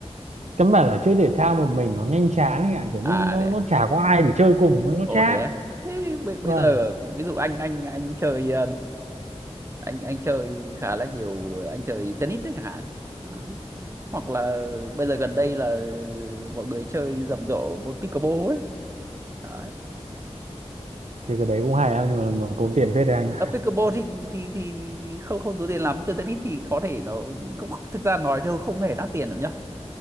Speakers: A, on the right; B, on the right.
A: căn bản là chơi thể thao một mình nó nhanh chán anh ạ kiểu như
B: à
A: nó
B: để
A: nó
B: à?
A: chả có ai để chơi cùng nó nó
B: ồ
A: chán
B: thế à? thế bây, bây
A: vâng
B: giờ ví dụ anh anh anh chơi ờ, anh anh chơi khá là nhiều anh chơi tennis đấy chẳng hạn Đó. hoặc là bây giờ gần đây là mọi người chơi rầm rộ môn pickleball ấy Đấy.
A: chơi cái đấy cũng hay anh nhưng mà nó tốn tiền phết đấy anh ạ
B: Ở pickleball thì thì thì không không tốn tiền lắm chơi tennis thì có thể nó cũng thực ra nói thôi không hề đắt tiền đâu nhá